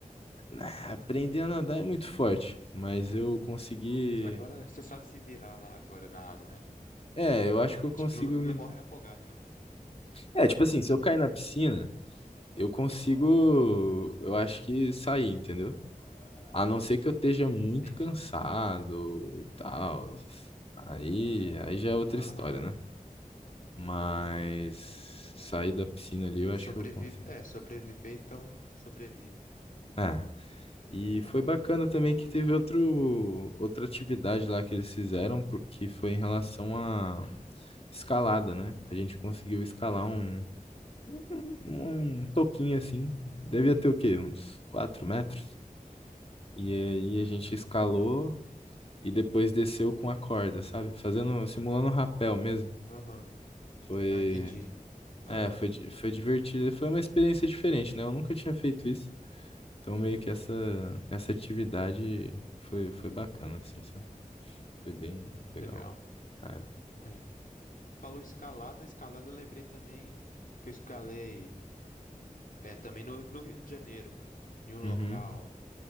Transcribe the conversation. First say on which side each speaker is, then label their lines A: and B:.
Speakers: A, on the left; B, on the left.
A: Ah, aprender a nadar é muito forte, mas
B: <laughs>
A: eu consegui.
B: Agora você sabe se virar lá agora na água, né?
A: É, eu acho que eu consigo
B: Tipo, não, não
A: me.
B: morre afogado, né?
A: É, tipo assim, se eu cair na piscina, eu consigo. Eu acho que sair, entendeu? A não ser que eu esteja muito
B: Entendi.
A: cansado e tal. Aí, aí já é outra
B: Aham.
A: história, né? Mas
B: É,
A: sair da piscina ali eu acho
B: sobrevive.
A: que eu consigo.
B: É, sobreviver, então sobrevive.
A: É. E foi bacana também que teve outro, outra atividade lá que eles fizeram, por- que foi em relação à escalada, né? A gente conseguiu escalar um, um, um um toquinho assim. Devia ter o quê? Uns 4 metros. E aí a gente escalou e depois desceu com a corda, sabe? Fazendo, simulando um rapel mesmo.
B: Aham.
A: Foi,
B: Ah, entendi. Aham.
A: é, foi, di- foi divertido. Foi uma experiência diferente, né? Eu nunca tinha feito isso. Então, meio que essa, essa atividade foi, foi bacana, assim, sabe? Foi bem legal.
B: Legal.
A: É.
B: É. Falou escalada, escalada eu lembrei também que eu escalei é, também no, no Rio de Janeiro, em um
A: Uhum.
B: local,